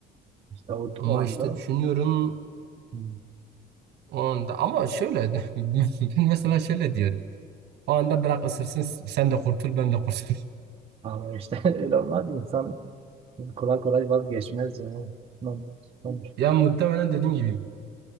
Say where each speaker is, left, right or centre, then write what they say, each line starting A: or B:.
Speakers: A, on the right (about 30°); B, on the right (about 65°).
A: İşte o,
B: Ama
A: o anda
B: işte düşünüyorum
A: hmm,
B: o anda ama şöyle <laughs> ben mesela şöyle diyorum. O anda bırak ısırsın sen de kurtul ben de kurtul. <laughs>
A: ama işte <laughs> öyle olmaz. İnsan kolay kolay vazgeçmez ya. Hmm, hmm,
B: Ya muhtemelen dediğim gibi